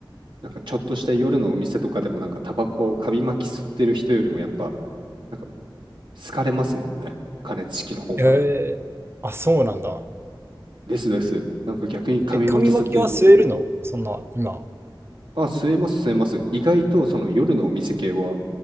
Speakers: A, on the right (about 70°); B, on the right (about 30°).
A: なんかちょっとした夜のお店とかでもなんかタバコを紙巻き吸ってる人よりもやっぱなんか好かれますもんね。加熱式の方が。
B: えー、あ、そうなんだ。
A: ですです。なんか逆に紙巻き吸ってると、
B: え、紙巻きは吸えるのそんな、今。
A: あ、吸えます吸えます。意外とその夜のお店系は、